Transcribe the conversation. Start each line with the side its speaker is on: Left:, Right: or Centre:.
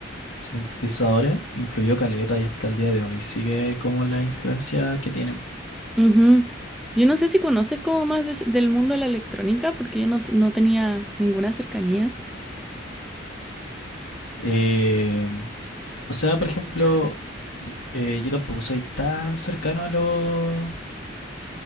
Left: sintetizadores influyó caleta y hasta el día de hoy sigue como la influencia que tienen.
Centre: Ujú. Yo no sé si conoces como más des- del mundo de la electrónica, porque yo no, te- no tenía ninguna cercanía.
Left: Eh, o sea, por ejemplo, y- eh, yo tampoco soy tan cercano a los